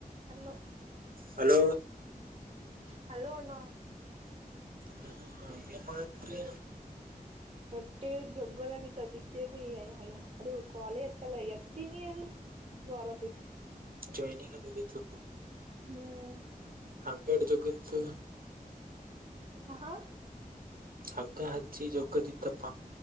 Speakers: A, on the right; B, on the right.
A: Hello
B: hello
A: hello ಅಣ್ಣ
B: ಹಾ ಏನ್ ಮಾಡತ್ರಿ
A: ಹೊಟ್ಟೆ ಜೊಗ್ಗಲಾಗಿತ್ತು ಅದಿಕೆ ಅದು ಕ್ವಾಲೆ ಎತ್ತಲ್ಲ ಎತ್ತೀನಿ ಅದು - <unintelligible>
B: ಟ್ರೈನಿಂಗ್ಗತ್ತು
A: ಹ್ಮ್
B: ಅಂಗಡ್ ಜಗತ್ತು.
A: ಹ ಹಾ
B: ಹಗ್ಗ ಹಚ್ಚಿ ಜೋಗ್ಗದಿತ್ತಪ್ಪ